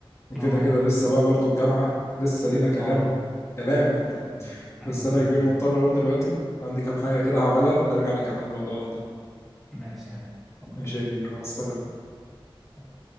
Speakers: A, on the left (about 30°); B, in the centre.
A: وكده
B: اه
A: كده لسه بقى برضو الجامعة لسه لينا كلام
B: اه
A: كلام
B: إن شاء الله. ايوه
A: بس أنا
B: ايوه
A: يا كبير
B: ايوه
A: مضطر أقوم دلوقتي عندي كام حاجة كده هعملها ونرجع نكمل موضوعنا ده
B: ماشي يا غالي.
A: ماشي يا كبير مع السلامة
B: اتفضل